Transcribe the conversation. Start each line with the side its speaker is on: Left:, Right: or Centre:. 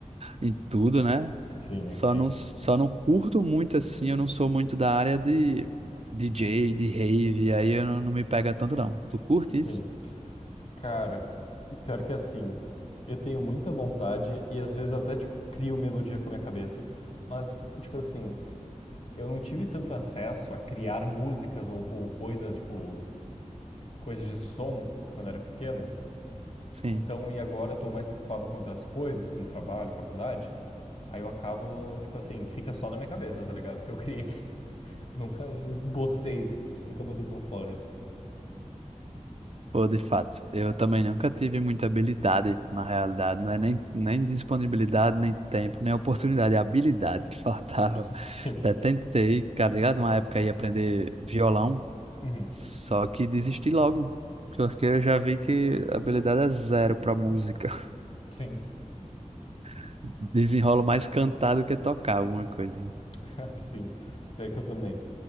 Right: em tudo, né?
Left: Sim,
Right: Só
Left: sim,
Right: não, só não curto muito assim, eu não sou muito da área de DJ, de rave, aí eu não, não me pega tanto não. Tu curte
Left: sim.
Right: isso?
Left: Cara, pior que assim, eu tenho muita vontade e às vezes eu até, tipo, crio melodia com a minha cabeça. Mas, tipo assim, eu não tive tanto acesso a criar músicas ou, ou coisas, tipo, coisas de som quando eu era pequeno.
Right: Sim.
Left: Então, e agora eu tô mais preocupado com outras coisas, como trabalho, faculdade. Aí eu acabo, tipo assim, fica só na minha cabeça, tá ligado? Que eu criei. <laughs> Nunca esbocei, nunca botei pra fora.
Right: Pô, de fato, eu também nunca tive muita habilidade, na realidade, não é nem, nem disponibilidade, nem tempo, nem oportunidade, é habilidade que <laughs> faltava.
Left: <laughs> Sim.
Right: Até tentei, cara, ligado? Uma época aí aprender violão,
Left: Uhum.
Right: só que desisti logo, porque eu já vi que a habilidade é zero pra música.
Left: Sim.
Right: <laughs> Desenrolo mais cantar do que tocar alguma coisa.
Left: <laughs> Sim. Pior que eu também.